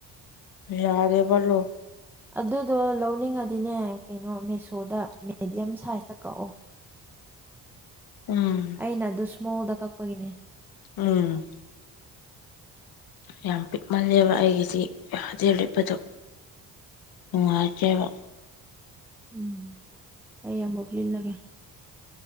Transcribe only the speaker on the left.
ꯌꯥꯔꯦꯕꯔꯣ
ꯎꯝ
ꯎꯝ ꯌꯥꯝ ꯄꯤꯛꯃꯜꯂꯦꯕ ꯑꯩꯒꯤꯖꯤ ꯌꯥꯗꯦ ꯂꯤꯠꯄꯗꯣ ꯅꯨꯡꯉꯥꯏꯇꯦꯕ